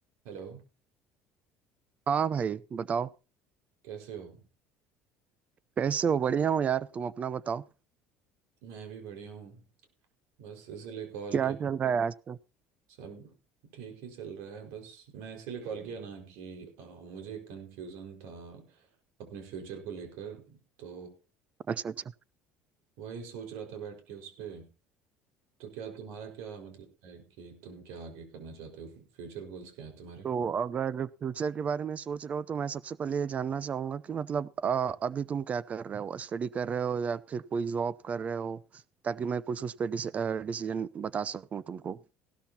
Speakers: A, on the right; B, on the right.
A: Hello
B: हाँ भाई बताओ
A: कैसे हो
B: कैसे हो बढ़िया हो यार तुम अपना बताओ
A: मैं भी बढ़िया हूँ बस इसीलिए कॉल
B: क्या
A: किया
B: चल रहा है आजकल
A: सब ठीक ही चल रहा है बस मैं इसीलिए कॉल किया ना कि आ, मुझे कंफ्यूजन था अपने फ्यूचर को लेकर तो
B: अच्छा अच्छा
A: वही सोच रहा था बैठ के उस पे तो क्या तुम्हारा क्या मतलब है कि तुम क्या आगे करना चाहते हो फ्यूचर गोल्स क्या है तुम्हारे
B: तो अगर फ्यूचर के बारे में सोच रहे हो तो मैं सबसे पहले ये जानना चाहूंगा कि मतलब अ, अभी तुम क्या कर रहे हो स्टडी कर रहे हो या फिर कोई जॉब कर रहे हो ताकि मैं कुछ उस पर डिसीजन बता सकूं तुमको